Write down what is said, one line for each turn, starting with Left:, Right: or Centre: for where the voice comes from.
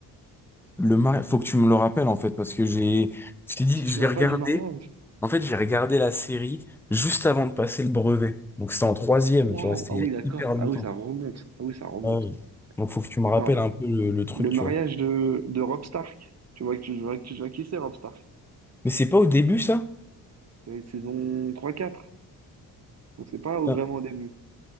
Centre: Le mari, faut que tu me le rappelles, en fait, parce que j'ai, je t'ai dit,
Right: Si Tu te
Centre: je
Right: souviens
Centre: vais regarder.
Right: pas du mariage?
Centre: En fait, j'ai regardé la série juste avant de passer le brevet. Donc, c'était en troisième,
Right: Waouh!
Centre: tu vois, c'était
Right: Ah
Centre: il
Right: oui,
Centre: y a
Right: d'accord.
Centre: hyper longtemps.
Right: Ah oui, ça remonte. Ah oui, ça remonte.
Centre: Ah oui. Donc faut que tu me rappelles
Right: Attends,
Centre: un peu le, le truc,
Right: le
Centre: tu
Right: mariage
Centre: vois.
Right: de, de Robb Stark. Tu vois que tu, tu vois, que tu vois qui c'est Robb Stark?
Centre: Mais c'est pas au début, ça?
Right: C'est saison trois quatre Donc c'est pas au-
Centre: Putain,
Right: vraiment au début.